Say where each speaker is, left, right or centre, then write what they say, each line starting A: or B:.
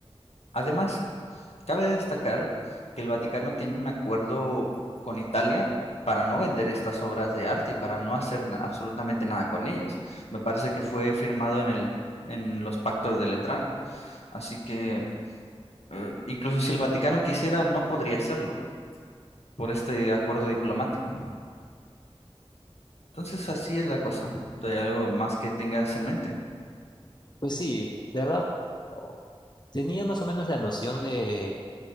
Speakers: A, on the left; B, on the left.
A: Además, cabe destacar que el Vaticano tiene un acuerdo con Italia. para no vender estas obras de arte y para no hacer na- absolutamente nada con ellas. Me parece que fue firmado en el, en los pactos de Letrán. Así que eh, incluso si el Vaticano quisiera, no podría hacerlo por este acuerdo diplomático. Entonces así es la cosa. ¿Hay algo más que tengas en mente?
B: Pues sí, de verdad, oh, tenía más o menos la noción de,